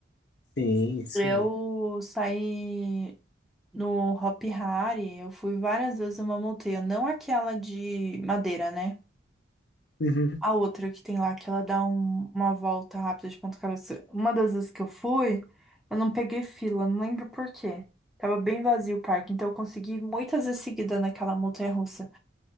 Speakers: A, on the left; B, in the centre.
A: Sim, sim.
B: Eu saí no Hopi Hari, eu fui várias vezes numa montanha, não aquela de madeira, né?
A: Uhum.
B: A outra que tem lá, que ela dá um- uma volta rápida de ponta cabeça. Uma das vezes que eu fui, eu não peguei fila, não lembro por quê. Tava bem vazio o parque, então eu consegui ir muitas vezes seguida naquela montanha-russa.